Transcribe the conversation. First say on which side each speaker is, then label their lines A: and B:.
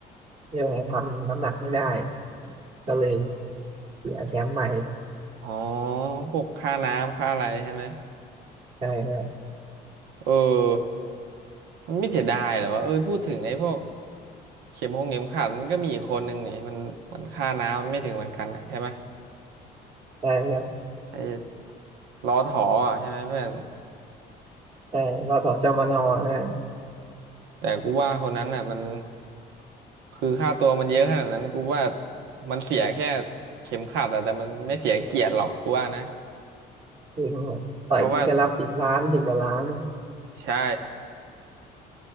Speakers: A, on the right (about 35°); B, on the right (about 85°).
A: เรียกว่าไงทำน้ำหนักไม่ได้ก็เลย เสียแชมป์ใหม่
B: อ๋อพวกค่าน้ำค่าอะไรใช่ไหม
A: ใช่เพื่อน
B: เออ มันไม่เสียดายเหรอวะเอ้ยพูดถึงไอ้พวกเข็มหงเข็มขัดมันก็มีอีกคนนึงนี่มันเหมือนค่าน้ำมันไม่ถึงเหมือนกันอะใช่ไหม
A: ใช่เพื่อน
B: ไอ้ล้อถออะใช่ไหมเพื่อน
A: ใช่รอถอจมนเพื่อน
B: แต่กูว่าคนนั้นน่ะมันคือค่าตัวมันเยอะขนาดนั้นกูว่ามันเสียแค่เข็มขัดอะแต่มันไม่เสียเกียรติหรอกกูว่านะ
A: จริงต่อยทีก็รับสิบล้านสิบกว่าล้านเนี่ย
B: เพราะว่าใช่